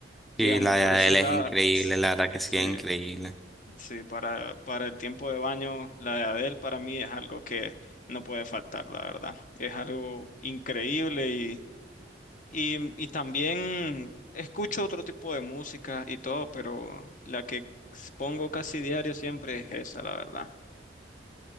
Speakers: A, on the left; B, in the centre.
A: digamos,
B: Sí, la
A: por
B: de
A: ese
B: él es
A: lado,
B: increíble, la verdad que sí,
A: sí,
B: es increíble.
A: Sí, para, para el tiempo de baño, la de Adele para mí es algo que no puede faltar, la verdad. Es algo increíble y, y, y también escucho otro tipo de música y todo, pero la que pongo casi diario siempre es esa, la verdad.